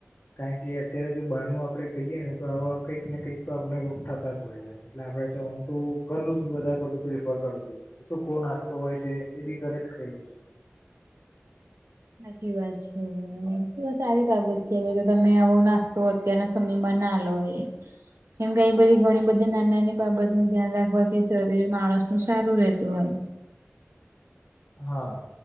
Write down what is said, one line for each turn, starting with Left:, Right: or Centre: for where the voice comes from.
Left: કારણ કે અત્યારે જો બહાર ન આપડે ખાઈએ ને તો આવા કંઈક ને કંઈક તો આપને રોગ થતા જ હોય છે એટલે આપડે ચ હું તો ઘરનું જ વધારે પડતું <inaudible> ઘર કરું છું. સૂકો નાસ્તો હોય છે એ બી ઘરે જ ખાય લઉ છું.
Right: સાચી વાત છેએએ તો સારી બાબત છે જે તો તમે આવું નાસ્તો અત્યારના સમયમાં ના લો એ કેમ કે એ બધી ઘણી બધી નાની નાની બાબતનું ધ્યાન રાખવાથી શરીર માણસનું સારું રહેતું હોય
Left: હા.